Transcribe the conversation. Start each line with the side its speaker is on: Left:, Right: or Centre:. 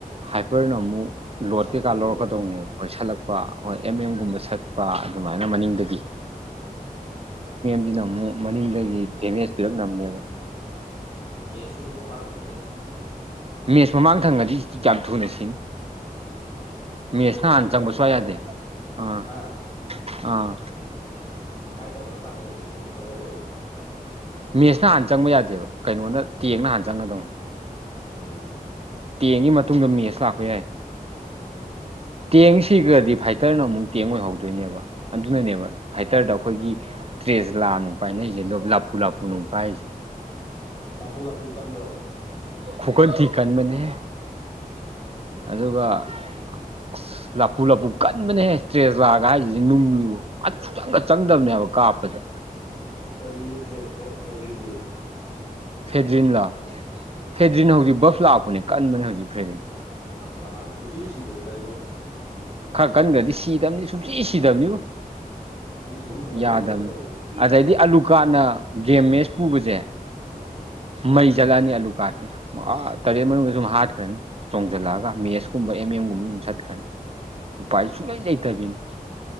Right: ꯍꯥꯏꯄꯔꯅ ꯑꯃꯨꯛ ꯂꯣꯠ
Left: ꯁꯠꯀꯗꯧꯅꯦꯕ
Right: ꯀꯩꯀꯥ ꯂꯧꯔꯛꯀꯗꯧꯅꯦꯕ ꯑꯩꯈꯣꯏ ꯁꯠꯂꯛꯄ
Left: ꯎꯝ
Right: ꯍꯣꯏ ꯑꯦꯝ ꯑꯦꯝꯒꯨꯝꯕ ꯁꯠꯄ ꯑꯗꯨꯃꯥꯏꯅ ꯃꯅꯤꯡꯗꯒꯤ
Left: ꯎꯝ
Right: ꯁꯤꯅ ꯑꯃꯨꯛ ꯃꯅꯤꯡꯗꯒꯤ
Left: ꯑꯗꯩ
Right: ꯗꯦꯃꯦꯖ ꯄꯤꯔꯛꯅꯕꯅꯦꯕ
Left: ꯃꯦꯁꯁ ꯎ ꯕꯥꯥꯛ ꯈꯅ
Right: ꯃꯦꯠꯆ ꯃꯃꯥꯡ ꯊꯪꯅꯗꯤ ꯀ ꯌꯥꯝ ꯊꯨꯅ ꯁꯤꯅꯤ ꯃꯦꯁꯅ
Left: ꯐꯥꯏꯠ
Right: ꯍꯥꯟꯅ ꯆꯪꯕ
Left: ꯇꯧꯔꯀꯥꯟꯗꯣ
Right: ꯁꯋꯥꯏ ꯌꯥꯗꯦ ꯑꯥ
Left: ꯍꯥ
Right: ꯑꯥ
Left: ꯐꯥꯏꯠ ꯇꯧꯅꯔ ꯀꯥꯟꯗꯗꯤ ꯃꯦꯠꯁꯁꯨ ꯁꯨꯝ ꯆꯪꯁꯤꯟꯅꯩꯌꯦꯕ
Right: ꯃꯦꯁꯅ ꯍꯥꯟꯅ ꯆꯪꯕ ꯌꯥꯗꯦꯕ ꯀꯩꯅꯣꯅ ꯇꯦꯡꯅ ꯍꯥꯟꯅ ꯆꯪꯒꯗꯧ
Left: ꯑꯣ
Right: ꯇꯦꯡꯒꯤ ꯃꯇꯨꯡꯗ ꯃꯦꯁ ꯂꯥꯛꯄ ꯌꯥꯏ
Left: ꯎꯝ
Right: ꯇꯦꯡꯁꯤꯒꯗꯤ ꯐꯥꯏꯇꯔꯅ ꯑꯃꯨꯛ ꯇꯦꯡ ꯑꯣꯏꯍꯧꯗꯣꯏꯅꯦꯕ ꯑꯗꯨꯅꯅꯦꯕ ꯐꯥꯏꯇꯔꯗ ꯑꯩꯈꯣꯏꯒꯤ ꯏꯁꯦꯁ ꯂꯥꯛꯑ ꯅꯨꯡ ꯄꯥꯏꯅ ꯑꯩꯁꯦ ꯂꯞꯄꯨ ꯂꯞꯄꯨ ꯅꯨꯡ ꯄꯥꯏꯁꯦ
Left: ꯂꯥꯄꯨ ꯂꯥꯄꯨ ꯆ ꯀꯥꯟꯔꯕꯔ
Right: ꯈꯨꯀꯟꯊꯤ ꯀꯟꯕꯅꯤ ꯑꯗꯨꯒ ꯑꯁ ꯂꯐꯨ ꯂꯐꯨ ꯀꯟꯕꯅꯦꯍꯦ ꯇꯇ꯭ꯔꯦꯖ ꯂꯥꯛꯑꯒ ꯍꯥꯏꯁꯤꯁꯦ ꯅꯨꯡꯅꯤꯕꯨ ꯑꯁꯨꯨꯆꯪꯒ ꯆꯪꯗꯕꯅꯦꯕ ꯀꯥ ꯍꯥꯄꯗ
Left: ꯀꯔꯤ ꯐꯦꯗꯂꯤꯗꯤꯦ
Right: ꯐꯦꯗ꯭ꯔꯤꯟꯂꯥ
Left: ꯎꯝ
Right: ꯐꯦꯗ꯭ꯔꯤꯟ ꯍꯧꯖꯤꯛ ꯕꯐ ꯂꯥꯛꯄꯅꯦ ꯀꯟꯕꯅꯦ ꯍꯧꯖꯤꯛ ꯐꯦꯔꯤꯟ
Left: ꯅꯍꯥꯟ ꯁꯨꯡꯁꯤ ꯁꯤꯗꯗꯅ ꯏꯕꯣ
Right: ꯈꯔ ꯀꯟꯒ꯭ꯔꯗꯤ ꯁꯤꯗꯕꯅꯤ ꯁꯨꯡꯁꯤ ꯁꯤꯗꯕꯅꯤꯕꯨ
Left: ꯑꯩꯁꯤ ꯁꯨꯝ ꯍꯪꯒꯠ
Right: ꯌꯥꯗꯕꯅꯤ
Left: ꯂꯩꯕ꯭ꯔꯥ ꯀꯩꯅꯣꯝ ꯇꯧꯋꯤ
Right: ꯑꯗꯩꯗꯤ ꯑꯂꯨꯀꯥꯟꯅ ꯒꯦꯃꯦꯖ ꯄꯨꯕꯁꯦ
Left: ꯎꯝ
Right: ꯃꯩ ꯖꯜꯂꯅꯤ ꯑꯂꯨ ꯀꯥꯇꯇꯩ ꯇꯔꯦꯠ ꯃꯅꯨꯡꯗ ꯁꯨꯝ ꯍꯥꯠꯈ꯭ꯔꯅꯤ ꯆꯣꯡꯖꯜꯂꯛꯑꯒ ꯃꯦꯠꯁꯀꯨꯝꯕ ꯑꯦꯝ ꯑꯦꯝꯒꯨꯝꯕ ꯆꯠꯈꯅꯤ
Left: ꯎꯝ
Right: ꯎꯄꯥꯏ ꯁꯨꯡꯛꯂꯩ ꯂꯩꯇꯥꯕꯤꯅꯤ